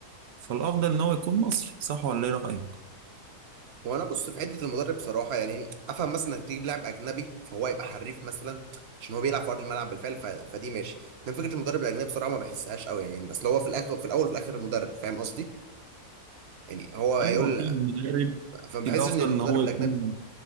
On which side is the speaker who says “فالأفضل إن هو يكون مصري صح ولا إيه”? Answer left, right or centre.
Right